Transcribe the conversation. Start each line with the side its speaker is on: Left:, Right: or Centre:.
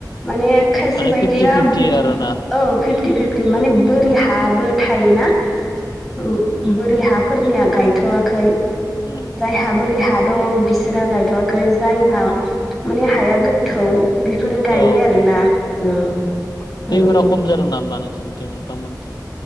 Centre: माने खायसे
Left: माने
Centre: बायदिया
Left: फिफ्टि फिफ्टि
Centre: औ
Left: आरोना
Centre: फिफ्टि फिफ फ्टि माने बोरि हाबो थायोना औ बोरि हाफोरनिया गायथ'वाखै
Left: उम
Centre: जायहा
Left: उम
Centre: बोरि हा दं बिसोरहा गायथ'वाखै जायहा माने हाया गोथौ बिफोरो गायबाय
Left: औ
Centre: आरोना औ औ
Left: दैफोरा
Centre: औ
Left: खम जादों नामा नोंसिनिथिं नोंथांमोनथि